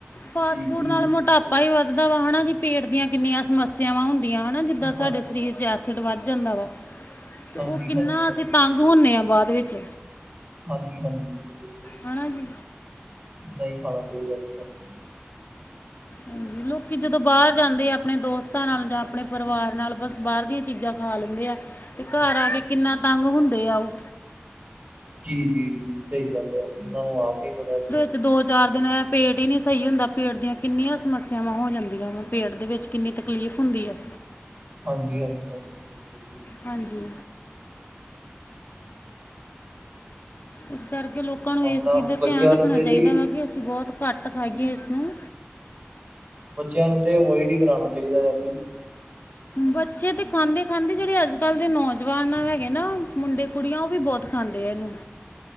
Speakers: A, on the right; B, on the left.
A: ਹਾਂਜੀ
B: ਫਾਸਟ ਫੂਡ
A: ਬਿਲਕੁਲ
B: ਨਾਲ ਮੋਟਾਪਾ
A: ਬਿਲਕੁਲ।
B: ਹੀ ਵੱਧਦਾ ਵਾ ਹੈ ਨਾ ਜੀ ਪੇਟ ਦੀਆਂ ਕਿੰਨੀਆਂ ਸਮੱਸਿਆਵਾਂ ਹੁੰਦੀਆਂ। ਨਾ ਜਿੱਦਾਂ ਸਾਡੇ
A: ਹਾਂ
B: ਸਰੀਰ ਵਿੱਚ ਐਸਿਡ ਵੱਧ ਜਾਂਦਾ ਵਾ। ਅਤੇ
A: ਹਾਂਜੀ
B: ਉਹ ਕਿੰਨਾ
A: ਹਾਂਜੀ ਹਾਂਜੀ
B: ਅਸੀਂ
A: ਬਿਲਕੁਲ
B: ਤੰਗ ਹੁੰਦੇ ਹਾਂ ਬਾਅਦ ਵਿੱਚ।
A: ਹਾਂਜੀ ਹਾਂਜੀ ਬਿਲਕੁਲ
B: ਹਨਾ ਜੀ
A: ਨਹੀਂ ਖਾਣਾ ਚਾਹੀਦਾ ਜੀ ਹਾਂਜੀ।
B: ਹਾਂਜੀ। ਲੋਕੀ ਜਦੋਂ ਬਾਹਰ ਜਾਂਦੇ ਆ ਆਪਣੇ ਦੋਸਤਾਂ ਨਾਲ ਜਾਂ ਆਪਣੇ ਪਰਿਵਾਰ ਨਾਲ ਬਸ ਬਾਹਰ ਦੀਆਂ ਚੀਜ਼ਾਂ ਖਾ ਲੈਂਦੇ ਆ। ਅਤੇ ਘਰ ਆ ਕੇ ਕਿੰਨਾ ਤੰਗ ਹੁੰਦੇ ਆ ਉਹ।
A: ਜੀ ਜੀ ਜੀ ਸਹੀ ਗੱਲ ਆ ਸਾਨੂੰ ਨੂੰ ਆਪ ਨੀ ਪਤਾ ਜੀ।
B: ਤੇ ਦੋ ਚਾਰ ਦਿਨ ਪੇਟ ਹੀ ਨਹੀਂ ਸਹੀ ਹੁੰਦਾ ਪੇਟ ਦੀਆਂ ਕਿੰਨੀਆਂ ਸਮੱਸਿਆਵਾਂ ਹੋ ਜਾਂਦੀਆਂ ਵਾ ਪੇਟ ਦੇ ਵਿੱਚ। ਕਿੰਨੀ ਤਕਲੀਫ਼ ਹੁੰਦੀ ਹੈ।
A: ਹਾਂਜੀ ਹਾਂਜੀ ਹਾਂਜੀ। ਠੀਕ ਹੈ ਜੀ ਠੀਕ।
B: ਹਾਂਜੀ। ਇਸ ਕਰਕੇ ਲੋਕ? ਲੋਕਾਂ ਨੂੰ ਇਸ
A: ਆਪਣਾ
B: ਚੀਜ਼ ਦਾ
A: ਬੱਚਿਆਂ
B: ਧਿਆਨ ਰੱਖਣਾ
A: ਨੂੰ ਤੇ
B: ਚਾਹੀਦਾ
A: ਜੀ
B: ਵਾ ਕਿ ਅਸੀਂ ਬਹੁਤ ਘੱਟ ਖਾਈਏ
A: ਜੀ,
B: ਇਸ ਨੂੰ।
A: ਬੱਚਿਆਂ ਨੂੰ ਤੇ ਅਵੋਇਡ ਹੀ ਕਰਾਉਣਾ ਚਾਹੀਦਾ ਹੈ।
B: ਬੱਚੇ ਦੇ? ਖਾਂਦੇ ਖਾਂਦੇ, ਜਿਹੜੇ ਅੱਜ ਕੱਲ ਦੇ ਨੌਜਵਾਨ ਹੈਗੇ ਨਾ ਮੁੰਡੇ ਕੁੜੀਆਂ ਉਹ ਵੀ ਬਹੁਤ ਖਾਂਦੇ ਆ ਇਹਨੂੰ।